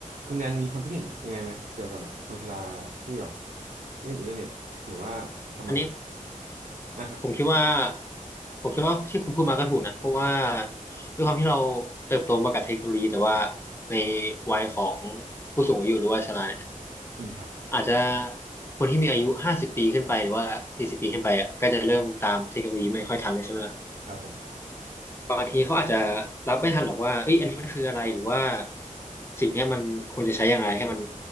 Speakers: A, on the right; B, on the left.
A: คุณแดนมีความคิดเห็นยังไงไหมเกี่ยวกับแบบคนชราที่แบบเล่นอินเทอร์เน็ตหรือว่าประมาณนี้
B: อันนี้
A: อ่ะครับ
B: ผมคิดว่าผมคิดว่าที่คุณพูดมาก็ถูกนะเพราะว่าด้วยความที่เราเติบโตมากับเทคโนโลยีแต่ว่าในวัยของผู้สูงอายุหรือว่าชราเนี่ย
A: อืมครับ
B: อาจจะคนที่มีอายุห้าสิบปีขึ้นไปหรือว่าสี่สิบปีขึ้นไปอ่ะก็จะเริ่มตามเทคโนโลยีไม่ค่อยทันเลยใช่ไหมล่ะ
A: ครับผม
B: บางทีเขาอาจจะรับไม่ทันหรอกว่าเอ้ยอันนี้มันคืออะไรหรือว่าสิ่งเนี้ยมันควรจะใช้ยังไงให้มัน